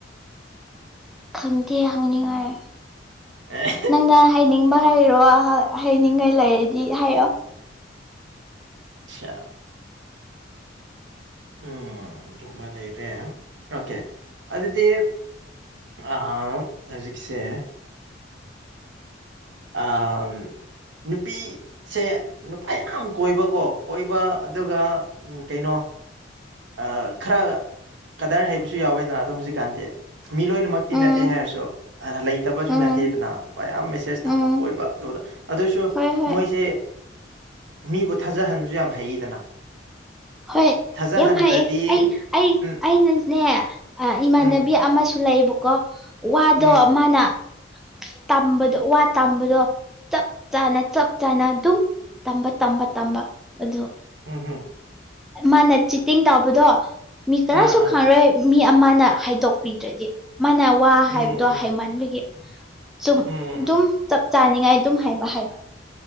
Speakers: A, in the centre; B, on the right.
A: ꯈꯪꯗꯦ ꯍꯪꯅꯤꯡꯉꯥꯏ
B: ꯑꯦ
A: ꯅꯪꯅ ꯍꯥꯏꯅꯤꯡꯕ ꯍꯥꯏꯔꯣ ꯍꯥ ꯍꯥꯏꯅꯤꯡꯉꯥꯏ ꯂꯩꯔꯗꯤ ꯍꯥꯏꯌꯣ
B: ꯑꯆꯥ ꯎꯝ ꯗꯨꯃ ꯂꯩꯔꯦ ꯑꯣꯀꯦ ꯑꯗꯨꯗꯤ ꯑꯥꯝ ꯍꯧꯖꯤꯛꯁꯦ ꯑꯥꯝ ꯅꯨꯄꯤ ꯁꯦ ꯅꯨꯄꯥ ꯌꯥꯝ ꯀꯣꯏꯕꯀꯣ ꯀꯣꯏꯕ ꯑꯗꯨꯒ ꯎꯝ ꯀꯩꯅꯣ ꯑꯥ ꯈꯔ ꯀꯗꯔ ꯍꯩꯕꯁꯨ ꯌꯥꯎꯋꯦꯅ ꯑꯗꯨ ꯍꯧꯖꯤꯛꯀꯥꯟꯗꯤ ꯃꯤ ꯂꯣꯏꯅꯃꯛꯇꯤ
A: ꯎꯝ
B: ꯅꯠꯇꯦ ꯍꯥꯏꯔꯁꯨ ꯑꯗ ꯂꯩꯇꯕꯁꯨ
A: ꯎꯝ
B: ꯅꯠꯇꯦꯗꯅ ꯅꯨꯄꯥ ꯌꯥꯝ
A: ꯎꯝ
B: ꯊꯕꯛ ꯀꯣꯏꯕ ꯑꯗꯨꯗ ꯑꯗꯨꯁꯨ
A: ꯍꯣꯏ ꯍꯣꯏ
B: ꯃꯣꯏꯁꯦ ꯃꯤꯕꯨ ꯊꯥꯖꯍꯟꯕꯁꯨ ꯌꯥꯝ ꯍꯩꯌꯦꯗꯅ
A: ꯍꯣꯏ
B: ꯊꯥꯖꯍꯟꯗ꯭ꯔꯗꯤ
A: ꯌꯥꯝ ꯍꯩꯌꯦ ꯑꯩ ꯑꯩ
B: ꯎꯝ
A: ꯑꯩꯅꯅꯦ ꯑ ꯏꯃꯥꯟꯅꯕꯤ
B: ꯎꯝ
A: ꯑꯃꯁꯨ ꯂꯩꯌꯦꯕꯀꯣ ꯋꯥꯗꯣ
B: ꯎꯝ
A: ꯃꯥꯅ ꯇꯝꯕꯗꯣ ꯋꯥ ꯇꯝꯕꯗꯣ ꯆꯞ ꯆꯥꯅ ꯆꯞ ꯆꯥꯅ ꯗꯨꯝ ꯇꯝꯕ ꯇꯝꯕ ꯇꯝꯕ ꯑꯗꯨ
B: ꯎꯝ ꯍꯨꯝ
A: ꯃꯥꯅ ꯆꯤꯇꯤꯡ ꯇꯧꯕꯗꯣ ꯃꯤ ꯀꯅꯥꯁꯨ
B: ꯑꯥ ꯑꯥ
A: ꯈꯪꯔꯣꯏ ꯃꯤ ꯑꯃꯅ ꯍꯥꯏꯗꯣꯛꯄꯤꯗ꯭ꯔꯗꯤ ꯃꯥꯅ ꯋꯥ
B: ꯎꯝ
A: ꯍꯥꯏꯕꯗꯣ
B: ꯎꯝ
A: ꯍꯩꯃꯟꯕꯒꯤ ꯆꯨꯝ
B: ꯎꯝ ꯎꯝ ꯎꯝ
A: ꯗꯨꯝ ꯆꯞ ꯆꯥꯅꯤꯡꯉꯥꯏ ꯗꯨꯝ ꯍꯥꯏꯕ ꯍꯥꯏꯕ